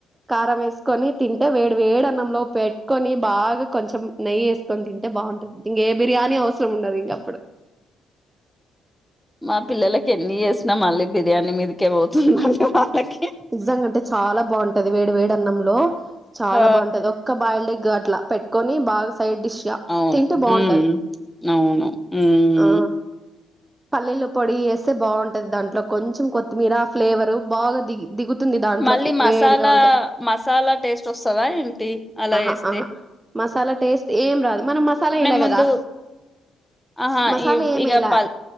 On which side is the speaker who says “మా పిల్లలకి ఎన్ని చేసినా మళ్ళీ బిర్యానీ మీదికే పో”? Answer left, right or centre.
Centre